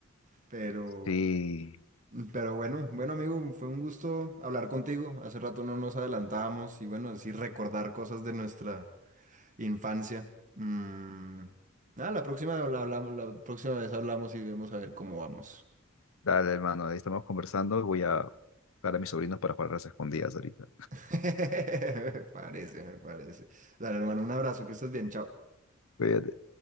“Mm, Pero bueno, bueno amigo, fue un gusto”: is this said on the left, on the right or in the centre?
Right